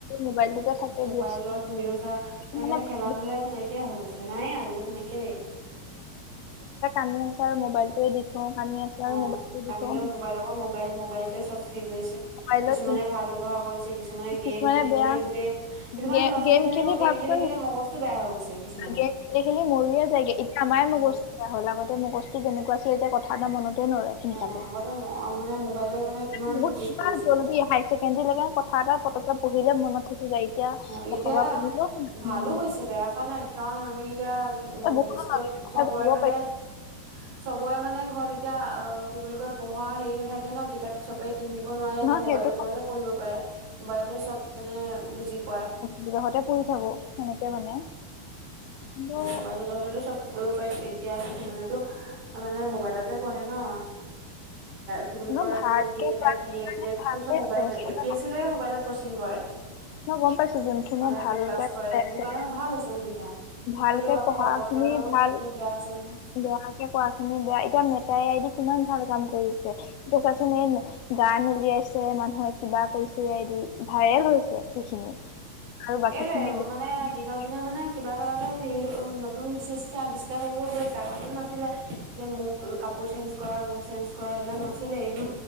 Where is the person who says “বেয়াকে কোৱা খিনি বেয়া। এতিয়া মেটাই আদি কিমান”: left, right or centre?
Left